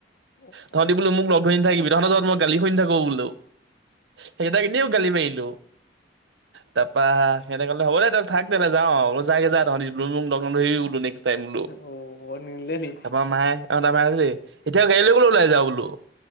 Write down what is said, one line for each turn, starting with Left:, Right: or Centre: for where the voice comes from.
Left: অ
Right: তহঁতি বো মোক লগ গ থাকিবি দেখৰ যত মই গালিুনি থাকো বোলো সেইকেই নি গালিমে ইল তাপা সিঁহতে ক'লে হ'ব দে থাক তেনে যাওঁ‌ আৰু, ম, বোলো যা তহঁতি এনেও মোক লগ নধৰিবি বোলো নেক্স টাইম বোলো
Left: অ বৰ নিনিলে নি
Right: তাপা মায়ে অ', <unintelligible> এতিয়া গাড়ী লৈ গলোঁ ওলাই যাওঁ বোলো